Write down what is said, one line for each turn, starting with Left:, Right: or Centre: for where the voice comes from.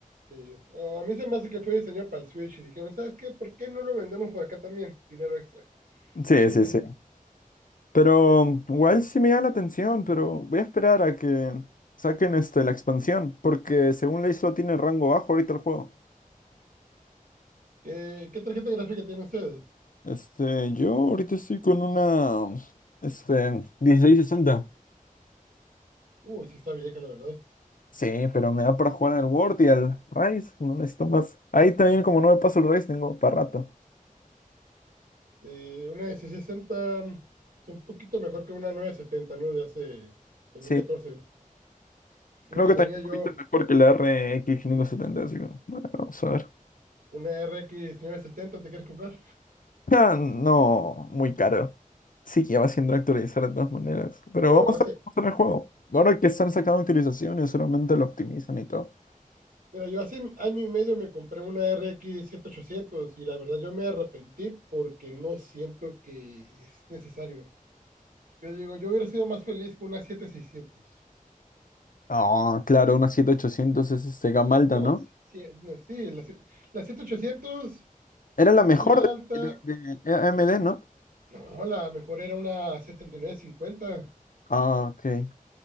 Right: sí. Oh, A mí se me hace que fue diseñado para el Switch y dijeron, ¿sabes qué? ¿Por qué no lo vendemos por acá también? Dinero extra.
Left: Sí,
Right: <laughs>
Left: sí, sí. Pero igual sí me llama la atención, pero voy a esperar a que saquen este, la expansión, porque según ley solo tiene rango bajo ahorita el juego.
Right: ¿Qué, qué tarjeta gráfica tiene usted?
Left: Este, yo ahorita estoy con una, este, 1660.
Right: Uy, sí está vieja, la verdad.
Left: Sí, pero me da para jugar al World y al Rise, no necesito más. Ahí también como no me paso el Rise tengo para rato.
Right: Eh, una de 60 mm, es un poquito mejor que una 970, ¿no? De hace dos
Left: Sí,
Right: mil catorce. Lo
Left: creo
Right: que
Left: que
Right: tenía
Left: también un
Right: yo,
Left: poquito mejor que la RX 570, así que bueno, vamos a ver.
Right: una RX setenta. ¿te quieres comprar?
Left: Ah, No, muy caro. Sí, que ya va siendo actualizar de todas maneras. Pero
Right: Yo
Left: vamos
Right: hace,
Left: a hacer el juego. Ahora que están sacando actualizaciones, solamente lo optimizan y todo.
Right: Mira, yo hace año y medio me compré una RX ochocientos y la verdad yo me arrepentí porque no siento que es necesario. Yo digo, yo hubiera sido más feliz con una 7600.
Left: Ah, claro, una 7800 es este Gamalda,
Right: No,
Left: ¿no?
Right: sí, sí, no, sí, la, sie- la 7800,
Left: Era la mejor
Right: gama
Left: de,
Right: alta,
Left: de- de AMD, ¿no?
Right: no, la mejor era una setenta y nueve cincuenta,
Left: Ah, ok.